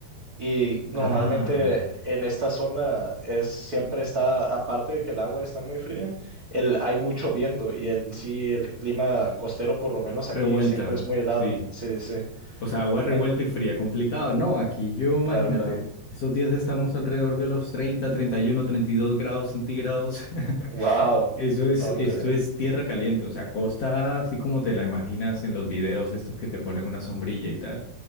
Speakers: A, on the right; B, on the left.
A: y normalmente
B: Ah,
A: en esta zona es siempre está, aparte de que el agua está muy fría, el, hay mucho viento y el sí el clima costero, por lo menos aquí,
B: revuelta,
A: siempre es muy helado.
B: sí.
A: Sí, sí. sí.
B: O sea, agua revuelta
A: En-
B: y fría, complicado. No, aquí yo, imagínate,
A: claro, claro.
B: esos días estamos alrededor de los treinta treinta y uno treinta y dos grados centígrados. <laughs>
A: Wow.
B: Eso es,
A: No,
B: esto
A: increíble.
B: es tierra caliente, o sea, costa así como te la imaginas en los videos estos que te ponen una sombrilla y tal.